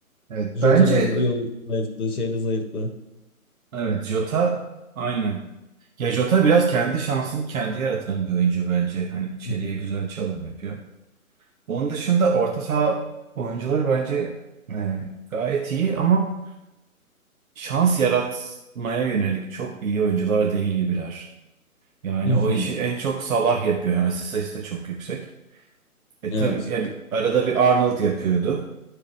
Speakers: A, on the right; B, on the left.
A: Evet
B: Jota
A: bence
B: da bu yıl zayıftı, şey de zayıftı.
A: evet Jota aynen. Ya Jota biraz kendi şansını kendi yaratan bir oyuncu bence. Hani içeriye
B: Mhm,
A: güzel çalım yapıyor. Onun dışında orta saha oyuncuları bence e, gayet iyi ama şans yaratmaya yönelik çok iyi oyuncular değil gibiler. Yani
B: mhm.
A: o işi en çok Salah yapıyor. Yani asist sayısı da çok yüksek. E
B: Evet.
A: tabii yani bir- arada bir Arnold yapıyordu.